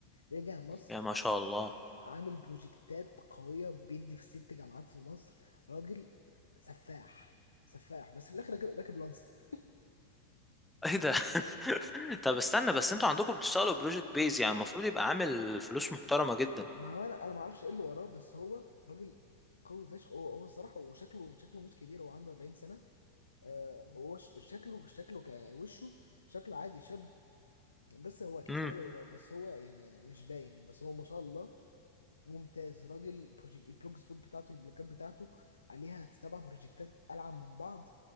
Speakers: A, on the left; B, in the centre.
A: رجع مصر
B: يا ما شاء الله
A: عامل بروجكتات قويه بيدي في ست جامعات في مصر راجل سفاح سفاح بس في الاخر راكب راكب لانسر
B: ايه ده <laughs> طب استنى بس انتوا عندكم بتشتغلوا بروجكت بيز يعني المفروض يبقى عامل فلوس محترمة جدا
A: ما هو انا انا ما اعرفش ايه اللي وراه بس هو راجل قوي فشخ هو هو الصراحه وشكله شكله مش كبير هو عنده 40 سنه آه هو ش- شكله شكله كوشه شكله عادي شاب بس هو اكيد
B: امم
A: في حاجه وراه بس هو يعني مش باين بس هو ما شاء الله ممتاز راجل بروجيك البلوج سبوت بتاعته البلوكات بتاعته عليها سبع بروجكتات ألعن من بعض